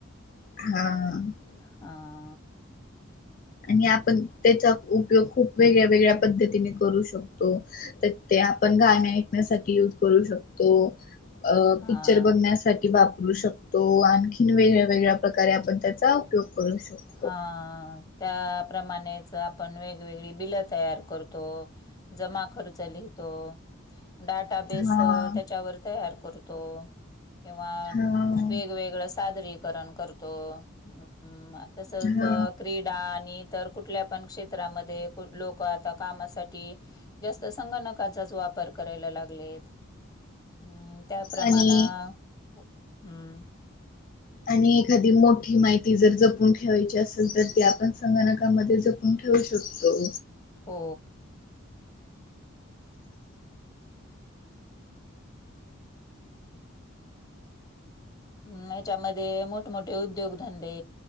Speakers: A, on the left; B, on the left.
A: हा.
B: हा.
A: आणि आपण त्याचा उपयोग खूप वेगळ्या वेगळ्या पद्धतीने करू शकतो. ते ते आपण गाण ऐकण्यासाठी युज करू शकतो अ
B: हां
A: पिक्चर बघण्यासाठी वापरू शकतो आणखीन वेगळ्या वेगळ्या प्रकारे आपण त्याचा उपयोग करू शकतो.
B: हा त्याप्रमाणेच आपण वेगवेगळी बिलं तयार करतो. जमा खर्च लिहितो डाटाबेस
A: हा
B: त्याच्यावर तयार करतो. किंवा
A: हा
B: वेगवेगळं सादरी करणं करतो. अंम-म तसच
A: हा
B: क्रीडा आणि तर कुठल्या पण क्षेत्रामध्ये लोक आता कामासाठी जास्त संगणकाचाच वापर करायला लागलेत. हम्म, त्याप्रमाण
A: आणि
B: हम्म
A: आणि एखादी मोठी माहिती जर जपून ठेवायची असेल तर ते आपण संगणकामध्ये जप वून ठेवू शकतो.
B: हो. हम् याच्यामध्ये मोठमोठे उद्योगधंदे,